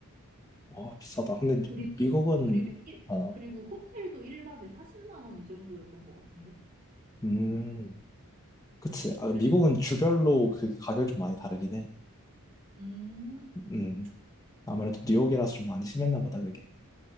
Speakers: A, on the left; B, on the right.
A: 어, 비싸다. 근데
B: 그리고,
A: 미- 미국은,
B: 그리고, 일,
A: 어,
B: 그리고 호텔도 1박에 40만 원 이 정도였던 것 같은데.
A: 음, 그치.
B: 어,
A: 아,
B: 그래서.
A: 미국은 주별로 그 가격이 좀 많이 다르긴 해.
B: 음,
A: 음. 아무래도 뉴욕이라서 좀 많이 심했나 보다, 그게.